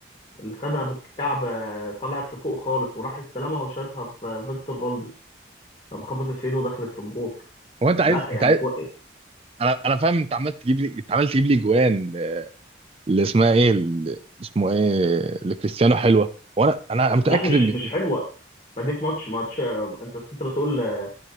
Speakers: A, on the left (about 30°); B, on the right (about 30°).
A: اللي خدها بالكعب آه، طلعت لفوق خالص وراح استلمها وشاتها في فيكتور فالديز لما خبطت في ايده ودخلت في الجول
B: هو انت عايز
A: لا يعني
B: انت عايز
A: كو...
B: انا انا فاهم انت عمال تجيب لي انت عمال تجيب لي جوان آه، اللي اسمها ايه اللي اسمه ايه لكريستيانو حلوه وانا انا متاكد
A: لا مش
B: ان
A: مش حلوه ما دي في ماتش ماتش آه، انت أصل انت بتقول آه،